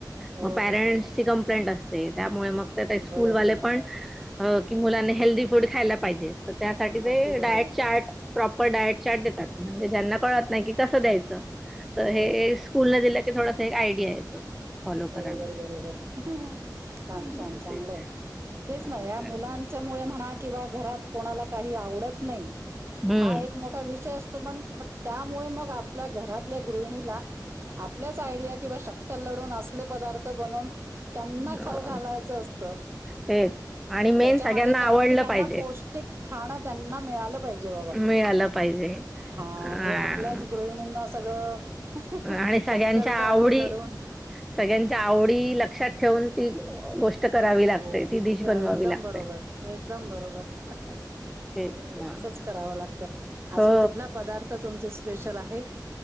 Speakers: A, on the right (about 35°); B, in the centre.
A: हो
B: मग प्यारंट
A: हो हो
B: <unintelligible> त्यामुळे मग ते ते स्कूलवाले
A: बरोबर
B: पण हो की मुलाने हेल्दी फूड खायला पाहिजे तर त्यासाठी ते
A: अगदी
B: डायट
A: बरोबर
B: चार्ट प्रॉपर डाएट चार्ट देतात म्हणजे ज्यांना कळत नाही की कसं द्यायचं तर
A: हो
B: हे
A: हो
B: स्कूल न दिलं की थोडा हे आयडिया येतो फॉलो
A: बरोबर
B: करायला.
A: बरोबर <inaudible> छान,
B: अ,
A: छान चांगल
B: ते
A: तेच
B: असंच
A: ना या
B: आहे.
A: मुलांच्या मुळे म्हणा किंवा घरात कोणाला काही आवडत नाही
B: हम्म
A: हा एक मोठा विषय अस <unintelligible> त्यामुळे मग आपल्या घरातल्या गृहिणीला आपल्याच आयडिया किंवा शक्कल लढवून अस गले पदार्थ बनवून त्यांना
B: हो
A: खाऊ घालायचं असत
B: तेच आणि मेन
A: त्याच्या
B: सगळ्यांना
A: मागे कारण
B: आवडलं
A: की त्यांना
B: पाहिजे
A: पौष्टिक खाणं त्या ना मिळालं पाहिजे बाबा,
B: मिळालं पाहिजे
A: हा
B: अ
A: हे आपल्याच गृहिणींना सगळं हं, हं
B: आणि सगळ्यांच्या
A: शक्कल काढून
B: आवडी
A: लढून
B: सगळ्यांच्या आवडी लक्षात ठेवून ती गोष्ट करावी लागते
A: हो
B: ती डिश
A: काय
B: बनवावी
A: एकदम
B: लागते
A: बरोबर, एकदम बरोबर हं, हं
B: तेच
A: बरोबर
B: ना
A: तसच करावं लागतं
B: हो
A: अजून कुठला पदार्थ तुमचे स्पेशल आहे. हेत